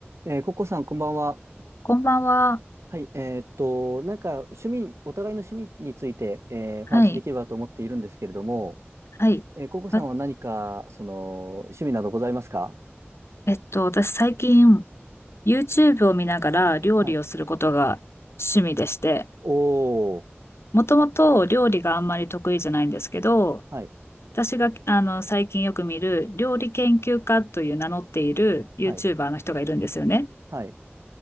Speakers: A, on the right (about 90°); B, on the left (about 70°).
A: えーココさん、こんばんは。
B: こんばんは。
A: はい、えーっと、なんか、趣味、お互いの趣味について、えーお話しできればと思っているんですけれども、
B: はい。はい。
A: えー、ココさんは何か、
B: わ
A: その、趣味などございますか
B: えっと、私最近 YouTube を見ながら料理をすることが趣味でして、
A: はい。おー、
B: もともと料理があんまり得意じゃないんですけど、
A: はい、
B: 私があの最近よく見る料理研究家という名乗っている YouTuber
A: はい、
B: の人がいるんですよね。
A: はい、